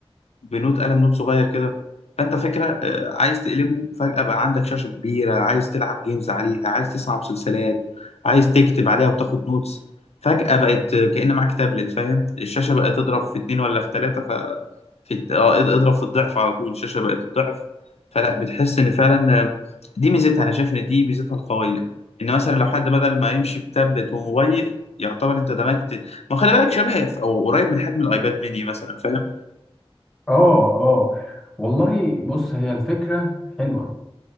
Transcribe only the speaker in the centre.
اه اه والله بص هي الفكرة حلوة